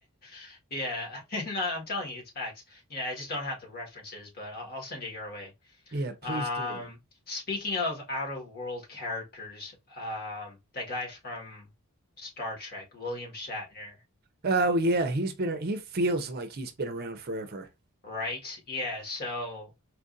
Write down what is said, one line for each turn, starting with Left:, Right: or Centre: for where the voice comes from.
Left: <laughs> yeah <laughs> no I'm telling you it's facts you know I just don't have the references but I'll, I'll send it your way
Right: Yeah, please
Left: Um,
Right: do.
Left: speaking of out of world characters, um, that guy from Star Trek, William Shatner,
Right: Oh yeah, he's been he feels like he's been around forever.
Left: right? Yeah, so